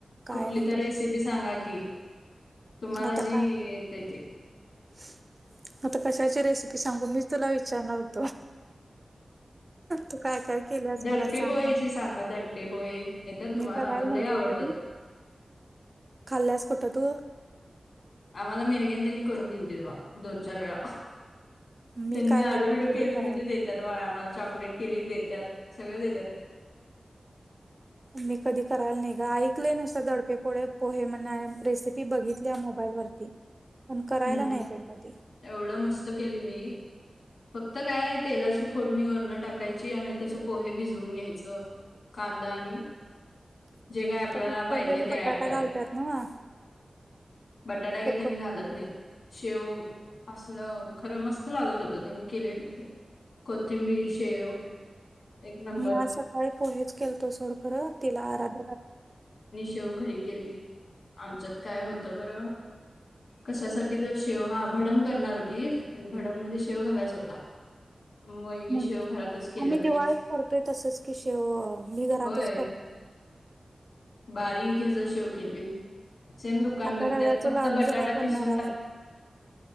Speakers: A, on the right; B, on the left.
A: काय
B: कुठली
A: नाही
B: तर
A: बघ
B: रेसिपी सांगा की. तुम्हाला
A: आता
B: जी
A: काय
B: येत येत.
A: <inaudible> आता कशाची रेसिपी सांगू मी तुला विचारणार होतो. तू काय काय केल्यास
B: धडपे
A: मला सांग
B: पोहायची
A: म्हणून
B: सांगा धडपे. े पोहे तर तुम्हाला
A: मी करायला
B: आमला
A: नाही ग
B: आवडतात.
A: कधी खाल्ल्यास खठ तू.
B: आम्हाला मिेरगन त्यांनी करून दिली ते तेव्हा दोन चार वेळा.
A: मी
B: त्यांनी
A: काय
B: लाडू
A: नाही बाई
B: बिडू
A: कधी
B: केली
A: करायला
B: म्हणजे. त्यात वयामाला चॉकलेट केली देतात सगळे देतात.
A: मी कधी करायला नाही ग ऐकलंय नुसतं दडपेपोळे पोहे म्हण रेसिपी बघितली मोबाईल ववरती. पण करायला
B: हम्म
A: नाही
B: हम्म
A: प कधी.
B: एवढं मस्त केलेली. फक्त काय आहे तेलाची फोडणी वरणं टाकायची आहे तसं पोहे भिजवून घ्यायचं. कांदानी.
A: <inaudible>
B: जे काय आपल्याला
A: त्यात उकडलेला
B: पाहिजे ते
A: बटाटा
B: ऍड केल
A: घालतात ना
B: बटाटा काय
A: हो
B: त्यांनी
A: का?
B: घालत. नाही शेव असलं खरं मस्त लागत होत त्यानी केलेलं ते. कोतिंबीर शेव. एक नंबर
A: मी आज सकाळी पोहेेच केलतो सोडख तिला आराध.
B: ेव घरी के आमच्यात काय होत बर कशासाठी. ति तर शेव हां भडंग करणार होतीत आणि भडंगमध्ये शेव घालायचा होता. वहिनी
A: हम्म
B: शेव घरातच केल्या
A: आम्ही
B: लगेच
A: दिवाळीत करतोय तसच की शेव मी घरातच
B: होय
A: करतोय. <inaudible>
B: बारीक हेज शेव केलती सेम दुकानगत
A: आता रव्याचा
B: त्यात फक्त
A: लाडू
B: बटाटा
A: जरा करणार
B: खिसून
A: आहे बाई.